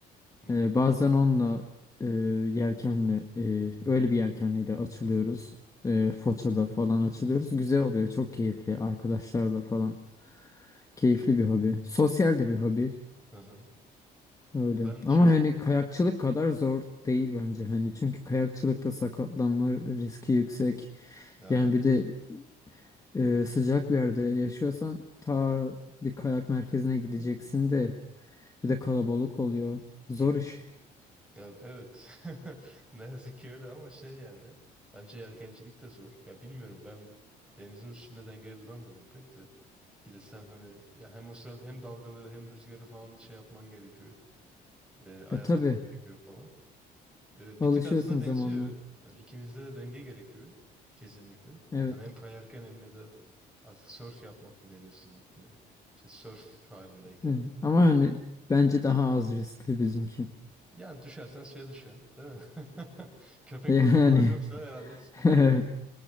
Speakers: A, in the centre; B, on the left (about 20°).
A: Hı hı.
B: Ee, bazen onunla e, yelkenle e, öyle bir yelkenliyle açılıyoruz. E,
A: Hı hı.
B: Foça'da falan açılıyoruz. Güzel oluyor. Çok keyifli. Arkadaşlarla falan. Keyifli bir hobi. Sosyal de bir hobi.
A: Hı hı.
B: Öyle.
A: Ya Ben şaşırdım.
B: Ama hani kayakçılık kadar zor değil bence. Hani çünkü kayakçılıkta sakatlanma riski yüksek.
A: Ya
B: Yani
A: evet.
B: bir de e, sıcak bir yerde yaşıyorsan ta bir kayak merkezine gideceksin de bir de kalabalık oluyor. Zor
A: Hı hı.
B: iş.
A: Ya evet. <laughs> Ne yazık ki öyle ama şey yani. Bence yelkencilik de zor. Ya bilmiyorum ben denizin üstünde dengeye duramıyorum pek de. Bir de sen hani ya hem o sırada hem dalgaları hem rüzgarı falan şey yapman gerekiyor. E, ayarlaman
B: E tabii.
A: gerekiyor falan. Ee,
B: Alışıyorsun
A: bir tık aslında benziyor.
B: zamanla.
A: Yani ikimizde de denge gerekiyor. Kesinlikle.
B: Evet.
A: O hani hem kayarken hem ya da artık surf yapmak mı deniyor sizinkine? İşte surf halindeyken.
B: <laughs> Hı. Ama hani bence daha az riskli bizimki.
A: Yani düşersen suya düşen, değil mi? <laughs> Köpek
B: Yani
A: balığı falan yoksa herhalde sıkıntı
B: <laughs> evet.
A: olmaz.